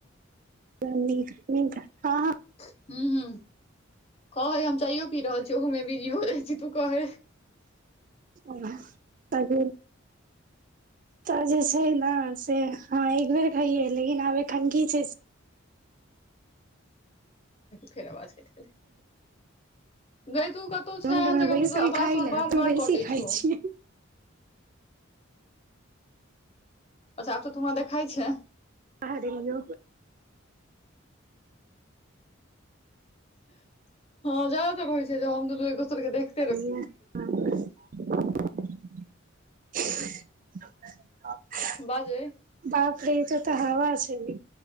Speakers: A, on the right; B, on the left.
A: न हँ।
B: हू हू कहे हम चाइयो पी रहल छी, ओहोमे बीजियो जाै छै तू कह।
A: आ ताजे। तऽ जे छै, ने से हँ एक बेर खइयै लेकिन आब एखनी छै।
B: फेर आवाज क गई तू कब। तु
A: झुण्ड
B: छै एहन
A: मे
B: जगह
A: बैसल
B: पर तोहर आवाज
A: खाइ
B: सँ
A: ले
B: बार
A: तऽ
B: बार
A: बेसी
B: कटे
A: खाइ
B: छौ।
A: छियै
B: अच्छा आब तु तऽ हमरा देखाइ छैय।
A: आ गेलियो।
B: <unintelligible> अऽ। हँ ज्यादातर होइ छै, जे हम दोसर एक दोसर के देख।
A: कहिए ह। <unintelligible>
B: बाजै।
A: बापरे ई त तेऽ हवा छैय